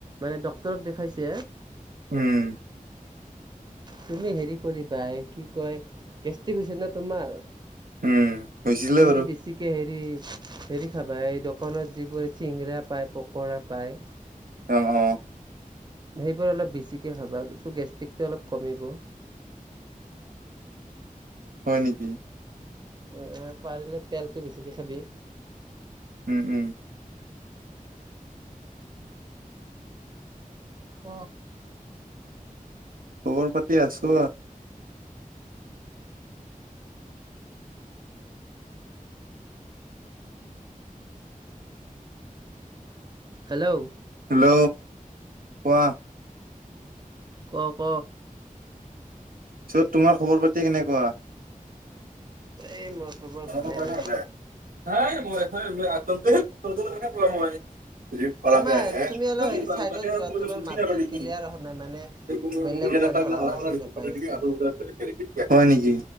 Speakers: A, on the right; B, on the right.
A: মানে ডক্তৰক দেখাইছে?
B: উম।
A: তুমি হেৰি কৰিবা, এই কি কয়? গেষ্টিক হৈছে ন তোমাৰ?
B: উম, হৈছিলে
A: তুমি
B: বাৰু।
A: বেছিকৈ হেৰি, হেৰি খাবা, এই দোকানত যিবোৰ চিংৰা পায়, পকৰা পায়।
B: অ', অ'।
A: সেইবোৰ অলপ বেছিকৈ খাবা, ত' গেষ্ট্ৰিকটো অলপ কমিব।
B: হয় নেকি?
A: এ পাৰিলে তেলটো বেছিকে খাবি।
B: উম উম।
A: <inaudible> <inaudible> <unintelligible> ক
B: খবৰ পাতি আছো।
A: হেল্ল'।
B: হেল্ল'। কোৱা
A: ক ক।
B: যত তোমাৰ খবৰ পাতি কেনেকুৱা?
A: এই মোৰ খবৰ
B: <unintelligible> <unintelligible> <unintelligible>
A: ভালেই ৰ তোমাৰ তুমি অলপ হেৰি চাইডত যোৱা তোমাৰ মাতটো ক্লিয়াৰ অহা নাই মানে বেলেগ মানুহৰ আৱাজ শুনা পাই আছোঁ
B: হয় নিকি?